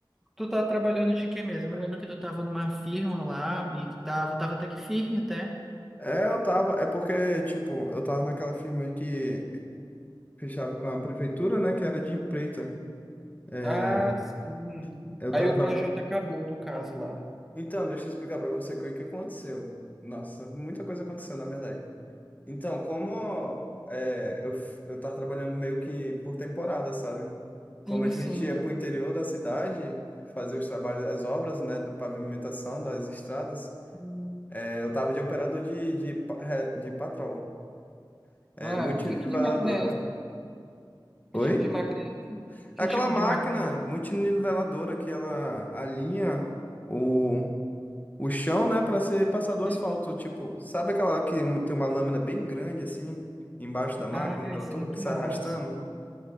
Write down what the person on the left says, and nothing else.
é, eu tava. É porque, tipo, eu tava naquela firma que fechava com a prefeitura, né? Que era de empreita. É,
eu
tava.
tra-
Então, deixa eu explicar pra você o que que aconteceu. Nossa, muita coisa aconteceu, na verdade. Então, como é, eu, f- eu tava trabalhando meio que por temporada, sabe? Como
a gente
ia pro interior da cidade fazer os trabalhos, as obras, né? Do pavimentação das estradas.
Eu tava de operador de, de, pa- é, de patrol. É,
multiniveladora,
né? Oi?
Aquela
máquina
multiniveladora que ela alinha o, o chão, né, para ser passado o
asfalto. Tipo, sabe aquela que um- tem uma lâmina bem grande assim, embaixo da máquina,
um trator
que sai
arrastando?